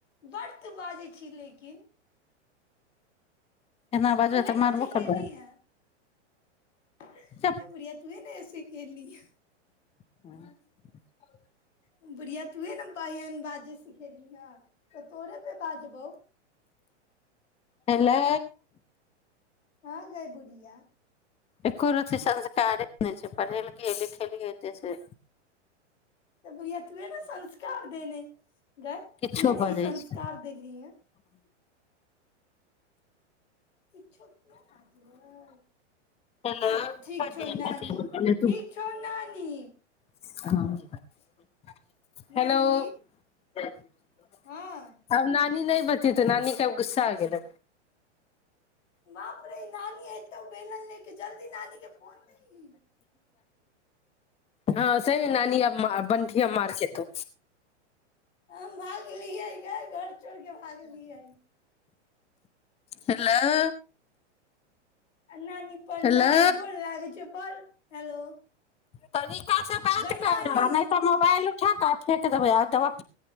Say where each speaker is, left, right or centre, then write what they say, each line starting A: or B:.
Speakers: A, on the left; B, on the left.
A: बड्ड तू बाजै छी लेकिन
B: एना बजबै
A: तुहें
B: तऽ
A: ने
B: मारबो
A: सिखेली
B: करबै
A: हन गे
B: चुप
A: बढ़िया तुहें ने सिखेलहि
B: <unintelligible>
A: बुढ़िया तूहे ने बाहियान बाजे सिख खेलिहन तऽ तोरे पे बाजबौ
B: हेलो
A: हँ गै बुढ़िया
B: एको रति संस्कारे नहि छै पढ़ेलकै लिखेलियै एतेसे
A: तऽ बुढ़िया तूहे ने संस्कार देनेे गए
B: किछो
A: तुहे ने
B: बजै
A: ई संस्कार
B: छै
A: देेली हन किछो कियै बाजबै
B: हेलो
A: आ ठीक छौ नानी ठीक छौ नानी
B: ह
A: नानी
B: हेलो हम
A: हँ
B: ना नानी नहि बतियेतो नानी के अब गुस्सा आ गेलो
A: बाप रे नानी एतो बेलन ले के जल्दी नानी के फोन दिहिन
B: हँ सहि मे नानी अब बंठी अब मार खेतौ
A: हम भागलियैे गे घर छोर के भागलियै
B: हेलो
A: आ नानी प्रणाम
B: हेलो
A: गोर लागै छियौ पर हेलो
B: तरीका से बात
A: गै
B: कर
A: नानी
B: नहि तऽ मोबाइल उठय के आ फेेक देबै आब